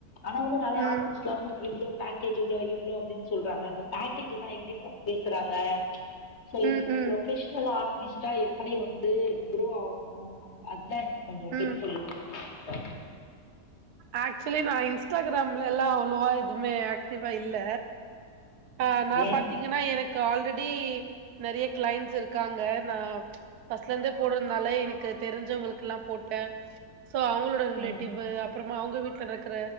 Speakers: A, on the left; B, on the right.
A: ஆனா வந்து நறைய
B: ம்
A: ஆர்ட்டிஸ்ட்லா வந்து டெய்லியு பேக்கேஜ் இவ்ளோ இவ்ளோ அப்டின் சொல்றாங்க இந்த பேக்கேஜ்லா எப்டி பேசுறாங்க சோ எப்டி
B: ம்
A: ஒரு
B: ம்
A: ப்ரொஃபஷனல் ஆர்டிஸ்ட்டா எப்டி வந்து க்ரோ ஆவுணு அதா எனக்கு கொஞ்சோ
B: ம்
A: டிப்ஸ் சொல் சொல்லுங்க சிஸ்டர்
B: ஆக்சுவலி நா இன்ஸ்டாகிராம்லலா அவ்ளோவா இதுமே ஆக்டிவா இல்ல அ
A: ஓகே.
B: நா பாத்திங்கன்னா எனக்கு ஆல்ரெடி நறைய கிளைண்ட்ஸ் இருக்காங்க நா ஃபஸ்ட்லந்து போட்றதுனால எனக்கு தெரிஞ்சவங்களுக்குலா போட்டே சோ அவுங்ளோட ரிலேட்டிவ்வு
A: ம்.
B: அப்றமா அவங்க வீட்ல நடக்கற